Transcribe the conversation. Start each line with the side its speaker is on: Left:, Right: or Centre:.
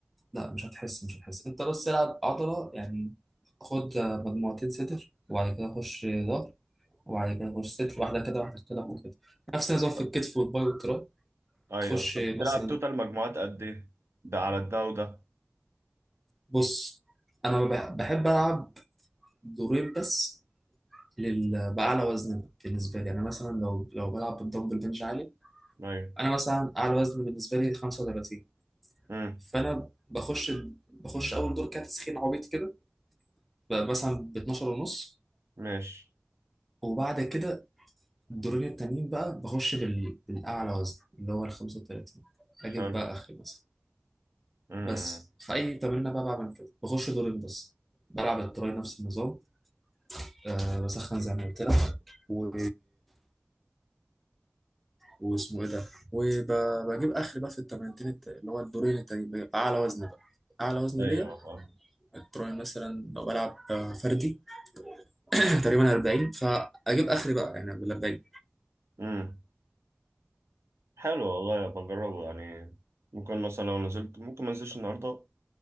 Centre: لا مش هتحس مش هتحس انت بس العب عضله يعني خد مجموعتين صدر وبعد كده خش ظهر وبعد كده غرفة صدر واحدة كده واحدة كده واحدة كده نفس النظام في
Right: طب.
Centre: الكتف والباي والتراي
Right: ايوه
Centre: تخش
Right: طب بتلعب
Centre: مثلا
Right: طيب. توتال مجموعات قد ايه ده على ده وده
Centre: بص أنا ما بح- بحب ألعب دورين بس لل... بأعلى وزن بالنسبة لي أنا مثلا لو لو بلعب بالدمبل بنش عالي
Right: ايوه
Centre: أنا مثلا أعلى وزن بالنسبة لي 35
Right: امم
Centre: فأنا بخش بخش أول دور كده تسخين عبيط كده بقى مثلا ب 12 ونص
Right: ماشي
Centre: وبعد كده الدورين التانيين بقى بخش بال... بالأعلى وزن اللي هو ال 35 أجيب
Right: حلو
Centre: بقى آخري مثلا
Right: امم
Centre: بس في اي تمرين بقى بعمل كده بخش دورين بس بلعب التراي نفس النظام أه بسخن زي ما قلت لك و... واسمه ايه ده وبجيب اخر بقى في التمرينتين الت- اللي هو الدورين التانيين بيبقى اعلى وزن بقى اعلى وزن
Right: ايوه
Centre: ليا
Right: فاهم
Centre: التراي مثلا لو بلعب آه، فردي <coughs> <clears throat> تقريبا 40 فاجيب اخري بقى يعني بال 40
Right: امم حلو والله بجربه يعني ممكن مثلا لو نزلت ممكن ما انزلش النهارده